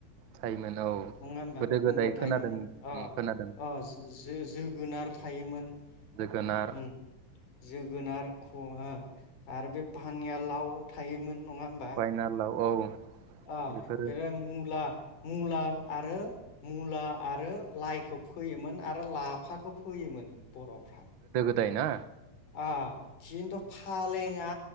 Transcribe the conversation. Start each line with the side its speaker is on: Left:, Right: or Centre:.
Right: थायोमोन औ
Left: नङा होमबा
Right: गोदो
Left: खुमब्रा
Right: गोदाय
Left: थायोमोन
Right: खोनादों
Left: अ
Right: उम खोनादों
Left: अ जो जो गोनार थायोमोन।
Right: जोगोनार।
Left: उम जोगोनार खहा। आरो बे पानिया लाव। थायोमोन। नङा होमबा
Right: फाइना लाव औ।
Left: अ
Right: बेफोरो
Left: बेेरा मुला। मुला आरो मुला आरो लाइखौ फोयोमोन आरो लाफाखौ फोयोमोन। बर'फ्रा।
Right: दायना।
Left: <unintelligible> खिन्थु फालेङा